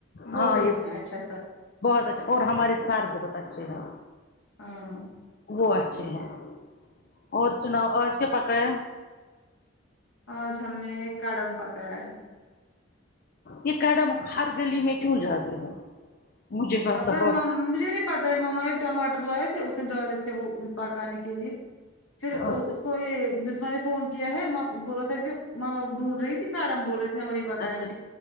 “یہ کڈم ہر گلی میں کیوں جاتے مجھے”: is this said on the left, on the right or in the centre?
Left